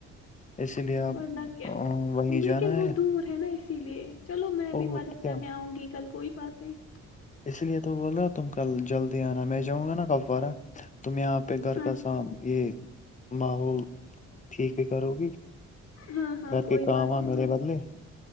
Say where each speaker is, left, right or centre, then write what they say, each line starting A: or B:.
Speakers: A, on the left (about 25°); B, on the left (about 55°).
A: اسی لیے آپ
B: اور نہ کیا
A: وہیں جانا
B: لیکن بہت دور ہے نہ اس اسی لیے چلو میں
A: اور
B: بھی مدد
A: کیا
B: کرنے اونگی کل کوی بات نہیں
A: اس لیے تو بول رہا تم کل جلدی انا میں جاونگا نہ کب اور اب تم یہاں پہ گھر
B: ہاں
A: کا سب یہ ماحول ٹھیک بھی کرو گی
B: ہاں ہاں
A: گھر
B: کوئی
A: کے کام
B: بات
A: ا
B: نہیں
A: میرے بدلے